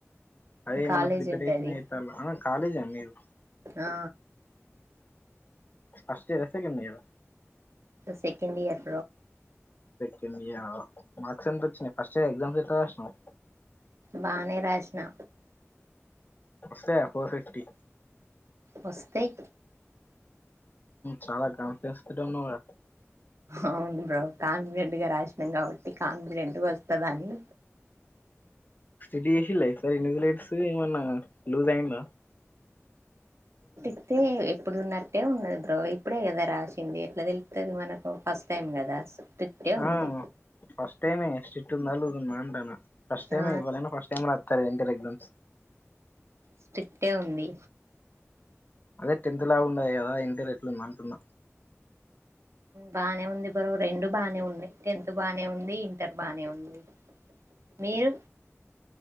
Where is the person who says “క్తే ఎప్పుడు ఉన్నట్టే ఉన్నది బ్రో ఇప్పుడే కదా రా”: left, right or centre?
Right